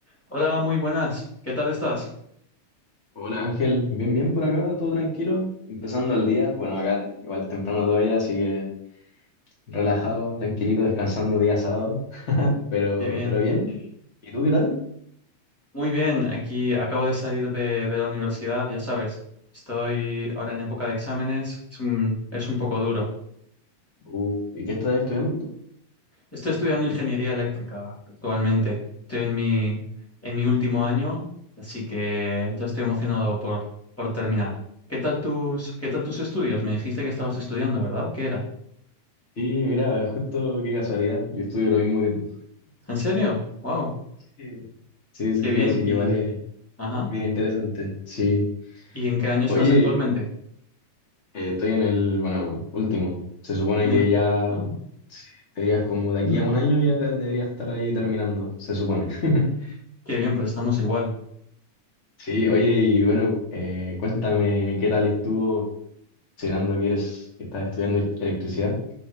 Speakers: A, in the centre; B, on the left.
A: Hola, muy buenas. ¿Qué tal estás?
B: Hola Ángel, bien, bien por acá, todo tranquilo, empezando el día, bueno acá igual es temprano todavía, así que relajado, tranquilito, descansando día sábado, pero,
A: Qué bien.
B: pero bien, ¿y tú qué tal?
A: Muy bien, aquí acabo de salir de, de la universidad, ya sabes. Estoy ahora en época de exámenes, es un, es un poco duro.
B: Uh, ¿y qué estás estudiando?
A: Estoy estudiando ingeniería eléctrica actualmente. Estoy en mi, en mi último año, así que ya estoy emocionado por, por terminar. ¿Qué tal tus, qué tal tus estudios? Me dijiste que estabas estudiando, ¿verdad? ¿Qué era?
B: Sí, mira, justo qué casualidad, yo estudio lo mismo que tú.
A: ¿En serio? ¡Wow!
B: Sí, sí, sí,
A: Qué
B: sí,
A: bien.
B: así
A: Y,
B: que vale,
A: ajá.
B: bien interesante, sí.
A: ¿Y en qué año estás
B: Oye,
A: actualmente?
B: eh, estoy en el, bueno, último, se supone
A: En
B: que
A: el-
B: ya
A: ah.
B: deberías como de
A: mm.
B: aquí a un año ya deberías estar ahí terminando, se supone. <laughs>
A: Qué bien, pues estamos igual.
B: Sí, oye, y bueno, eh, cuéntame qué tal estuvo, considerando que eres, que estás estudiando el- electricidad,